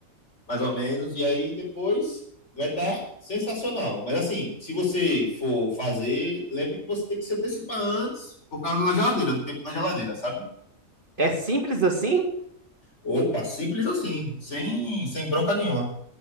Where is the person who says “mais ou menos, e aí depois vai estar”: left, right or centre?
Left